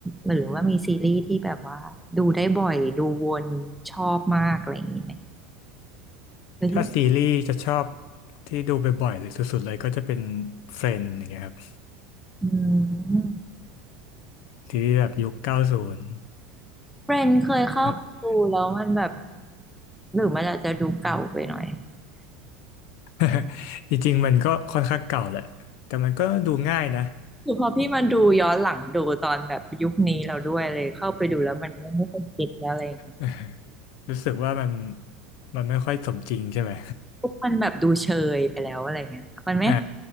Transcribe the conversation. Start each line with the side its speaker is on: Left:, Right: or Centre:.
Centre: หรือว่ามีซีรีส์ที่แบบว่าดูได้บ่อยดูวนชอบมากอะไรอย่างนี้ไหมหรือที่
Left: ถ้าซีรีส์จะชอบที่ดูบ่อยๆหรือสุดๆเลยก็จะเป็น Friends อย่างเงี้ยครับ
Centre: อืม
Left: ซีรีส์แบบยุคเก้าศูนย์
Centre: เฟรนเคยเข้าไปดูแล้วมันแบบ
Left: แบบ
Centre: หรือมันอาจจะดูเก่าไปหน่อย
Left: <laughs> จริงๆมันก็ค่อนข้างเก่าแหละแต่มันก็ดูง่ายนะ
Centre: คือพอพี่มาดูย้อนหลังดูตอนแบบยุคนี้เราด้วยเลยเข้าไปดูแล้วมันก็ไม่ค่อยเก็ตแล้วอะไรอย่างเงี้ย
Left: <laughs> รู้สึกว่ามันมันไม่ค่อยสมจริงใช่ไหม
Centre: ปุ๊บมันแบบดูเชยไปแล้วอะไรเงี้ยมันไม่
Left: <laughs> อ่า